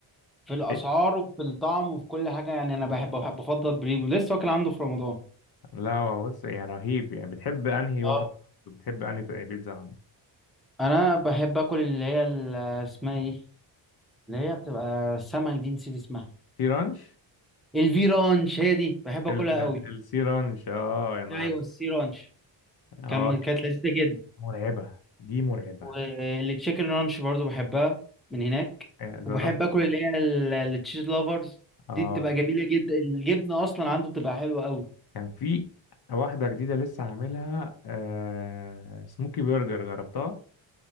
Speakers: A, in the centre; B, on the left (about 50°).
A: في الاسعار
B: إيه؟
A: وفي الطعم وفي كل حاجة يعني انا بحب بحب افضل بريموس لسه واكل عنده في رمضان
B: لا هو بص يعني رهيب يعني بتحب انهي واحد
A: اه
B: عنده؟ بتحب انهي بيتزا عنده
A: انا بحب اكل اللي هي ال- اسمها ايه دي اللي هي بتبقى السمك دي نسيت اسمها
B: سي رانش
A: الفي رانش هي دي بحب
B: ال
A: اكلها قوي
B: ال السي رانش اه يا نهار
A: ايوه السي رانش
B: اه
A: كان كانت لذيذة جدا
B: مرعبة دي مرعبة
A: والتشيكن رانش برضو بحبها من هناك
B: آه، جربت
A: وبحب اكل اللي هي التشيز لافرز
B: اه
A: دي بتبقى جميله جدا الجبنه اصلا عنده بتبقى حلوه قوي
B: كان في واحدة جديدة لسه عاملها آه... سموكي برجر جربتها